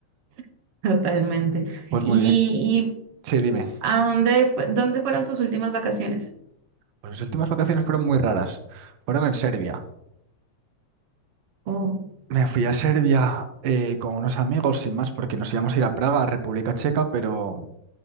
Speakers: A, on the right (about 60°); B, on the right (about 80°).
A: <laughs> totalmente.
B: Pues
A: ¿Y,
B: muy bien.
A: y
B: Sí, dime.
A: a dónde fue- dónde fueron tus últimas vacaciones?
B: Pues mis últimas vacaciones fueron muy raras. Fueron en Serbia.
A: Oh,
B: Me fui a Serbia eh, con unos amigos, sin más, porque nos íbamos a ir a Praga, a República Checa, pero